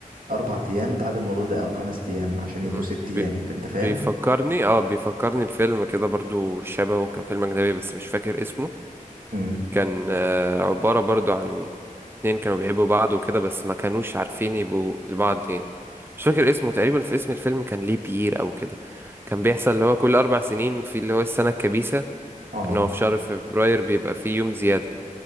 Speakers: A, on the right (about 80°); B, on the right (about 15°).
A: أربع أيام بعد الموضوع ده أو خمس أيام عشان يبقوا
B: مم.
A: ست أيام
B: بي...
A: فأنت فاهم؟
B: بيفكرني اه بيفكرني بفيلم كده برضو شبهه كان فيلم اجنبي بس مش فاكر اسمه
A: امم
B: كان آه، عبارة برضو عن اتنين كانوا بيحبوا بعض وكده بس ما كانوش عارفين يبقوا لبعض يعني مش فاكر اسمه تقريبا في اسم الفيلم كان ليه بيير او كده كان بيحصل اللي هو كل اربع سنين في اللي هو السنة الكبيسة
A: اه
B: ان هو في شهر فبراير بيبقى فيه يوم زيادة